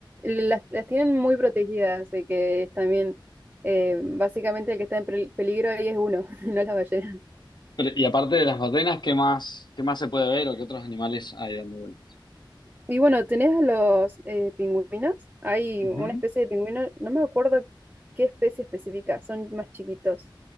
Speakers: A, on the right (about 20°); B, on the left (about 60°).
A: Las, las tienen muy protegidas, así que es también eh, básicamente el que está en pel- peligro ahí es uno, <laughs> no la ballena.
B: Pero- y aparte de las ballenas, ¿qué más, qué más se puede ver o qué otros animales hay dando vueltas?
A: Y bueno, tenés a los eh, pingüinos. Hay
B: Ujú,
A: una especie de pingüino, no me acuerdo qué especie específica, son más chiquitos.